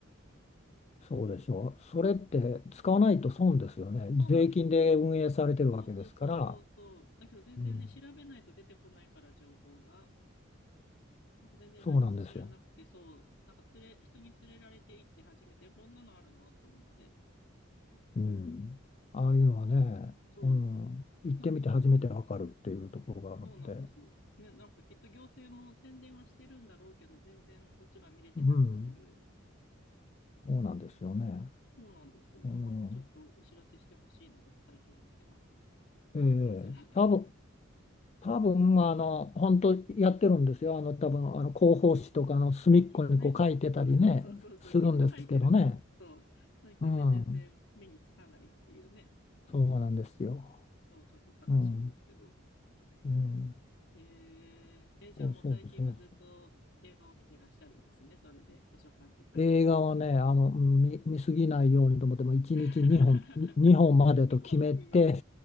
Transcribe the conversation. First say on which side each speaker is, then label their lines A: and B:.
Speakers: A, on the left; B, on the left.
A: そうでしょう。それって使わないと損ですよね。
B: うん。そうなんですよ。
A: 税金で運営されてるわけですから、
B: そうそうそうそうそう。だけど全然ね、
A: うん。
B: 調べないと出てこないから情報が。ほんと全然何も知らなくて、
A: そうなんですよ。
B: そう、なんか連れ、人に連れられて行って初めて、こんなのあるのと思って。
A: うん。ああいうのはね、
B: そう、うんそ
A: うん、行ってみて初めてわかるっていうところがあるので、
B: うなんか、そうなんです。ね、なんかきっと行政も宣伝はしてるんだろうけど、全然こっちが見れてないっていう。
A: うん、そうなんですよね。
B: そうなんですよ。なんかもうちょっとお知らせしてほしいなとか最近思ってます。
A: うん、ええ、
B: どうせだったら。
A: 多分、多分、あの、本当やってるんですよ。あの、多分、あの、広報誌とかの隅っこにこう書いてたりね、
B: ね、きっとね。そうそうそうそうそう、
A: するんですけどね。
B: きっと書いてるんですよ。そう。だけどね、
A: うん、
B: 全然目につかないっていうね。
A: そうなんですよ。
B: そう、ちょっと悲しいんですけど。
A: うん、うん。
B: えー、え、じゃあもう最近はずっと映画を見てらっしゃるんですね。
A: そうそうそうそ
B: それで、図書館で借りて。
A: う。映画はね、あの、うん見、見すぎないようにと思って、もう1日2本、
B: <laughs>
A: 2本までと決めて
B: 2本も見ます。